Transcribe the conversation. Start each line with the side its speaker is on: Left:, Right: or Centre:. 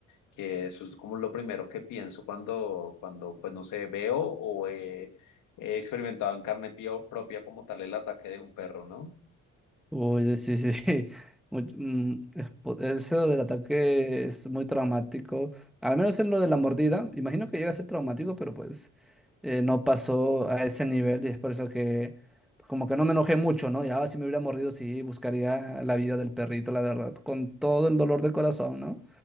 Left: que eso es como lo primero que pienso cuando, cuando pues no sé, veo o he he experimentado en carne pio- propia como tal el ataque de un perro, ¿no?
Centre: Oye sí, sí, sí. <laughs> Mu- mm, es po- eso del ataque es muy traumático. Al menos en lo de la mordida. Imagino que llega a ser traumático, pero pues eh, no pasó a ese nivel y es por eso que pues, como que no me enojé mucho, ¿no? Ya si me hubiera mordido, sí, buscaría la vida del perrito, la verdad. Con todo el dolor de corazón, ¿no?